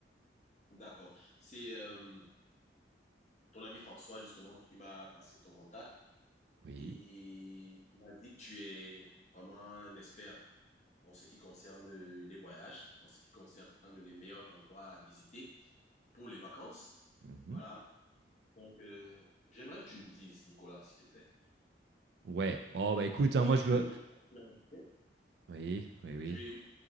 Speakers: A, on the left (about 40°); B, on the right (about 65°).
A: D'accord. C'est euh, ton ami François, justement, qui m'a passé ton contact
B: Oui.
A: et il m'a dit que tu es vraiment un expert en ce qui concerne les voyages, en ce qui concerne les meilleurs endroits à visiter pour les vacances.
B: mhm.
A: Voilà. Donc, euh, j'aimerais que tu me dises, Nicolas, s'il te plaît.
B: Ouais. Oh bah écoute,
A: J'aimerais
B: hein, moi je veux.
A: me déplacer
B: Oui, oui, oui.
A: Je vais,